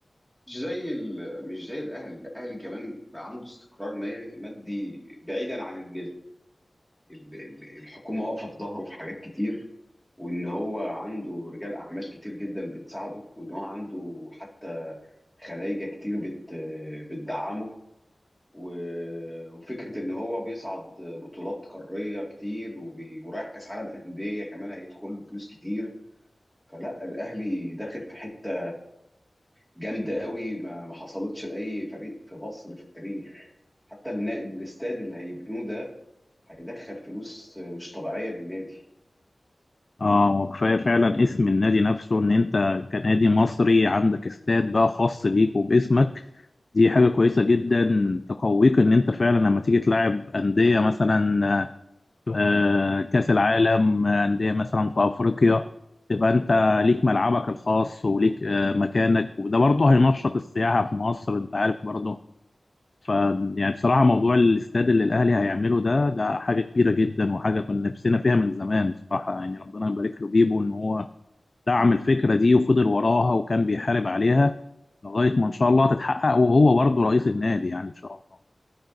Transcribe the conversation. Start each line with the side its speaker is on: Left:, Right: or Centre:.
Centre: مش زي ال... مش زي الأهلي الأهلي كمان بقى عنده استقرار ما- مادي بعيدا عن ال... ال... ال- الحكومة واقفة في ظهره في حاجات كتير وان هو عنده رجال اعمال كتير جدا بتساعده وان هو عنده حتى خلايجه كتير بت بتدعمه و- وفكره ان هو بيصعد بطولات قاريه كتير وبي- ورايح كاس عالم انديه كمان هيدخل له فلوس كتير فلا الاهلي داخل في حته جامده قوي ما ما حصلتش لاي فريق في مصر في التاريخ حتى النا- الاستاد اللي هيبنوه ده هيدخل فلوس مش طبيعيه للنادي
Left: اه وكفايه فعلا اسم النادي نفسه ان انت كنادي مصري عندك استاد بقى خاص بيك وباسمك دي حاجه كويسه جدا تقويك ان انت فعلا لما تيجي تلعب انديه مثلا آه، كاس العالم آه، انديه مثلا في افريقيا تبقى انت ليك ملعبك الخاص وليك آه، مكانك وده برضه هينشط السياحه في مصر انت عارف برضه ف يعني بصراحة موضوع الاستاد اللي الأهلي هيعمله ده ده حاجة كبيرة جدا وحاجة كنا نفسنا فيها من زمان بصراحة يعني ربنا يبارك له بيبو إن هو دعم الفكرة دي وفضل وراها وكان بيحارب عليها لغاية ما إن شاء الله تتحقق وهو برضه رئيس النادي يعني إن شاء الله.